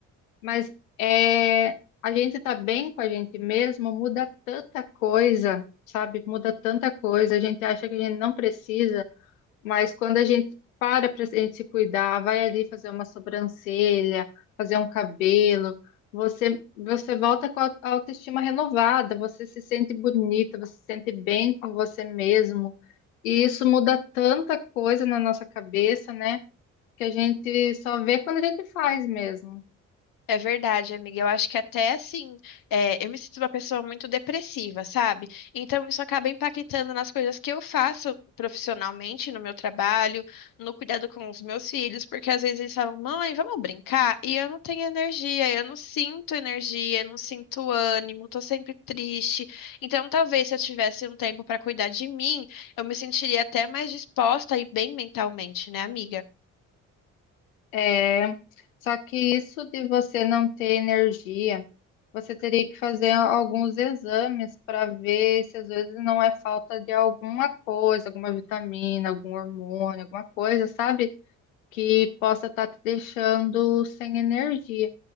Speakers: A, on the left; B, on the left.
A: Mas é, a gente tá bem com a gente mesmo, muda tanta coisa, sabe? Muda tanta coisa. A gente acha que a gente não precisa, mas quando a gente para para a gente se cuidar, vai ali fazer uma sobrancelha, fazer um cabelo, você você volta com a auto- a autoestima renovada, você se sente bonita, você se sente bem com você mesmo. E isso muda tanta coisa na nossa cabeça, né? Que a gente só vê quando a gente faz mesmo.
B: É verdade, amiga. Eu acho que até assim, é, eu me sinto uma pessoa muito depressiva, sabe? Então isso acaba impactando nas coisas que eu faço profissionalmente, no meu trabalho, no cuidado com os meus filhos, porque às vezes eles falam, mãe, vamos brincar? E eu não tenho energia, eu não sinto energia, eu não sinto ânimo, tô sempre triste. Então talvez se eu tivesse um tempo para cuidar de mim, eu me sentiria até mais disposta e bem mentalmente, né, amiga?
A: É, só que isso de você não ter energia, você teria que fazer alguns exames para ver se às vezes não é falta de alguma coisa, alguma vitamina, algum hormônio, alguma coisa, sabe? que possa estar te deixando sem energia.